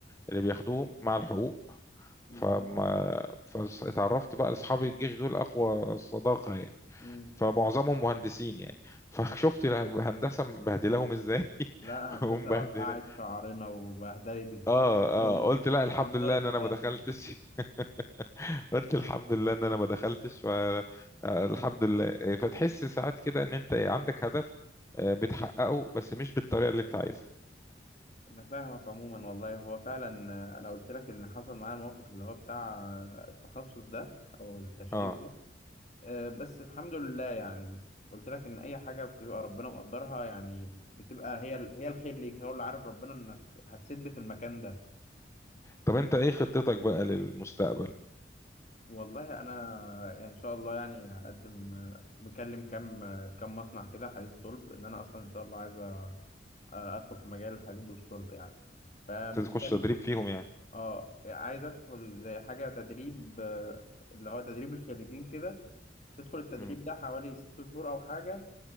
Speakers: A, on the left (about 15°); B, on the left (about 40°).
A: اللي بياخدوهم مع الحقوق
B: بالظبط
A: فما فاتعرفت بقى لاصحاب الجيش دول اقوى صداقه يعني
B: مم.
A: فمعظمهم مهندسين يعني <laughs> فشفت الهندسه مبهدلاهم ازاي
B: لا
A: <laughs>
B: هندسه
A: ومبهدله
B: وقعت شعرنا وبهدلت الدنيا
A: اه اه
B: <laughs>
A: قلت لا الحمد
B: ودمرت
A: لله ان انا
B: حياتنا
A: ما دخلتش <laughs> قلت الحمد لله ان انا ما دخلتش ف آه، الحمد لله آه، فتحس ساعات كده ان انت عندك هدف آه، بتحققه بس مش بالطريقه اللي انت عايزها
B: انا فاهمك عموما والله هو فعلا آه، انا قلت لك ان حصل معايا الموقف اللي هو بتاع آه، التخصص ده او التشعيب
A: اه
B: ده آه، بس الحمد لله يعني قلت لك ان اي حاجه بتبقى ربنا مقدرها يعني بتبقى هي هي الخير ليك هو اللي عارف ربنا انك هتسد في المكان ده
A: طب انت ايه خطتك بقى للمستقبل
B: والله انا يعني ان شاء الله يعني هقدم مكلم كام كام مصنع كده حديد وصلب ان انا اصلا ان شاء الله عايز أ- ادخل في مجال الحديد والصلب يعني فمكلم
A: تخش تدريب فيهم يعني
B: اه عايز ادخل زي حاجه تدريب آه، اللي هو تدريب الخريجين كده تدخل التدريب
A: امم
B: ده حوالي ست شهور او حاجه